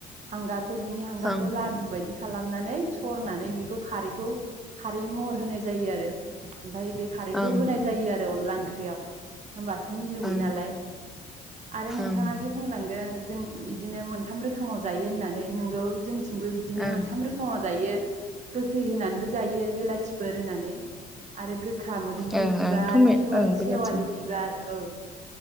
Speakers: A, on the right (about 45°); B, in the centre.
A: हांगार। खौ बिनि हांगारखौ
B: ओं
A: लादु बायदि खा खालामनानै सरनानै बेखौ खारैखौ खारै महर होनाय जायो आरो ओमफफ्राय बे खारैखौ
B: ओं
A: होनाय जायो आरो। आरो अनला ओंख्रियाव। होमबासो मिलौवो
B: ओं
A: नालाय आरो नोंथाङा
B: ओं
A: जे बुंलांदों जों बिदिनो मोनथाम रो खोमाव जायो होननानै नोंगौ जोंथिंबो बिदिनो
B: ओं
A: मोनथाम रोखोमाव जायो गोखै होनानैबो जायो बेलाथिफोर होनानै। आरो गो खा मोदोमफुल
B: ओं
A: बिबार
B: ओं थमे
A: खे
B: ओं बेलाथि
A: सेवालि बिबार औ।